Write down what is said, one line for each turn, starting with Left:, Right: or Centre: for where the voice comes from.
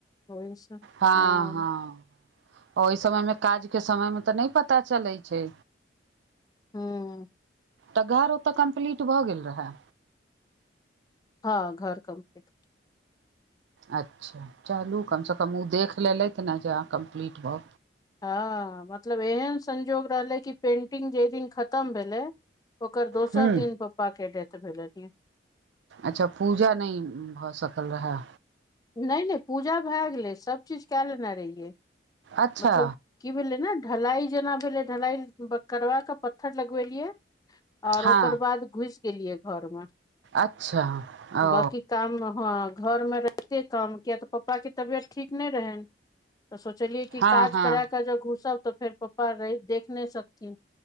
Left: ओहि से
Right: हाँ
Left: अ
Right: हां। ओहि समय मे काज के समय मे तऽ नहि पता चलै छै।
Left: ह्म्म
Right: तऽ घर ओतऽ कम्प्लीट भऽ गेल रहै?
Left: हँ घर कम्प्लीट
Right: अच्छा चलू कमसँ कम ओ देख लेलथि ने जे अहाँ कम्प्लीट भ
Left: हं मतलब एहन संजोग रहलै कि पेंटिंग जै दिन खतम भेलै ओकर दोसर
Right: हूँ
Left: दिन पप्पा के डेथ भेलै की।
Right: अच्छा पूजा नै भ सकल रहए?
Left: नै नै पूजा भा गेलै, सभ चीज का लेने रहियै <inaudible>
Right: अच्छा
Left: मतलब की भेलै ने ढलाई जेना भेलै, ढलाई ब करबाक पत्थर लगबेलियै आओर
Right: हँ
Left: ओकर बाद घुसि गेलियै घरमे।
Right: अच्छा ओ
Left: बांकी काममे हं। <inaudible> घरमे रहिते काम किए त पप्पाके तबियत ठीक नै रहनि <inaudible> त सोचलियै की
Right: हँ
Left: काज
Right: हँ
Left: कराक जे घुसब त फेर पप्पा रै देख नै सकथिन।